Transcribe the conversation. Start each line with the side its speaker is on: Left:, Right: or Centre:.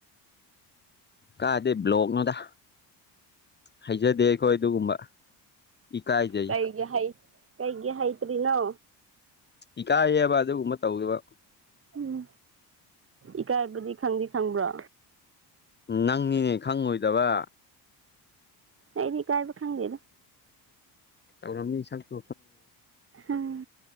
Left: ꯀꯥꯗꯦ ꯕ꯭ꯂꯣꯛꯅꯣꯗ ꯍꯩꯖꯗꯦ ꯑꯩꯈꯣꯏ ꯑꯗꯨꯒꯨꯝꯕ ꯏꯀꯥꯏꯖꯩ
Right: ꯀꯩꯒꯤ ꯍꯩ ꯀꯩꯒꯤ ꯍꯩꯇꯔꯤ ꯅꯣ
Left: ꯏꯀꯥꯏ ꯍꯦꯑꯕ ꯑꯗꯨꯒꯨꯝꯕ ꯇꯧꯕ
Right: ꯎꯝ ꯏꯀꯥꯏꯕꯗꯤ ꯈꯪꯗꯤ ꯈꯪꯕ꯭ꯔꯣ
Left: ꯅꯪꯅꯤꯅꯦ ꯈꯪꯉꯣꯏꯗꯕ
Right: ꯑꯩꯗꯤ ꯀꯥꯏꯕ ꯈꯪꯒꯦꯗ
Left: ꯀ ꯑꯝꯅꯤ ꯁꯪꯇ
Right: ꯎꯝ